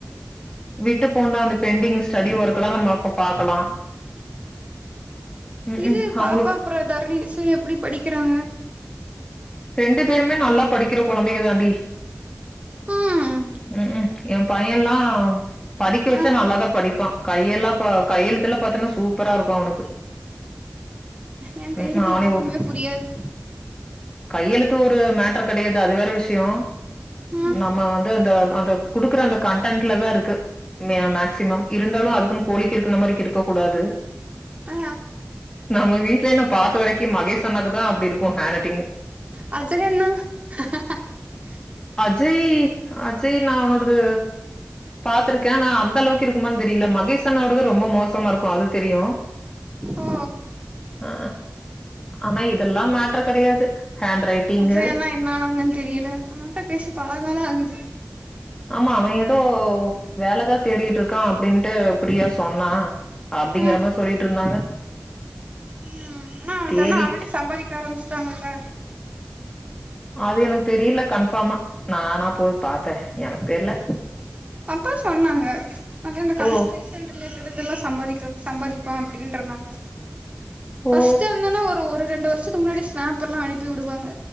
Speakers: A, on the left; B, on the right.
A: விட்டு போன பெண்டிங் ஸ்டடி ஒர்க்கலா நம்ப அப்ப பாக்கலா ம்
B: இது
A: ம்
B: பாப்பா
A: அவங்களுக்கு
B: அப்ற தருணிஷு எப்டி படிக்கிறாங்க
A: ரெண்டு பேருமே நல்லா படிக்கிற கொழந்தைங்க தாண்டி
B: ம்
A: ம் ஏன் பையன்லாம் படிக்க வெச்சா
B: ஆ
A: நல்லாதா படி ப்பான் கையெல்லா பா கையெழுத்துலா பாத்தீன்னா சூப்பராருக்கு அவனுக்கு
B: ஏன் கையழுத்து
A: ம் அவனே
B: யாருக்குமே
A: ஒ
B: புரியாது
A: கையெழுத்து ஒரு மேட்டர் கெடையாது அது வேற விஷயோ
B: ம்
A: நம்ம வந்து அந்த அந்த குடுக்குற அந்த கன்டன்ட்ல தாருக்கு மே மேக்சிமம் இருந்தாலு அதுக்குன் கோழி கிருக்கன மாரி கிருக்க கூடாது
B: ஆ
A: நம்ம வீட்லே நா பாத்த வரைக்கு மகேஷ் அண்ணாக்குதா அப்டிருக்கு ஹேண்ட் ரைட்டிங்
B: <unintelligible>
A: அஜய் அஜய் நா அவனோடது பாத்துருக்கே ஆனா அந்த அளவுக்கு இருக்குமானு தெரில மகேஷ் அண்ணாவோடது ரொம்ப மோசமாருக்கு அது தெரியு
B: ஓ
A: ஆ ஆனா இது இதெல்லா மேட்ரு கெடையாது ஹேண்ட் ரைட்டிங்கு
B: அஜய் அண்ணா என்ன ஆனாங்கன்னு தெரியல ஆனா ட பேசி பல கால ஆகுது
A: ஆமா அவன் எதோ வேலதா தேடிட்ருக்கா அப்டின்ட்டு பிரியா சொன்னா அப்டிங்குற
B: ஆ
A: மாரி சொல்லிட்ருந்தாங்க
B: ம் அந்த
A: தேடிட்
B: அண்ணா ஆல்ரெடி சம்பாதிக்க ஆரம்பிச்சிட்டாங்கல்ல
A: அது எனக்கு தெரில கன்ஃபார்மா நானா போய் பாத்தே எனக்கு தெர்ல
B: அப்பா சொன்னாங்க அது இந்த கன்ஸ்ட்ரக்க்ஷன்
A: ஓ
B: ரிலேடடு இதெல்லா சம்பாதிக்க சம்பாதிப்பா அப்படின்ருந்தாங்க பர்ஸ்ட்டு
A: ஓ
B: அந்த அண்ண ஒரு ஒரு ரெண்டு வருஷ துக்கு முன்னாடி ஸ்னாப்பெல்லா அனுப்பி வுடுவாங்க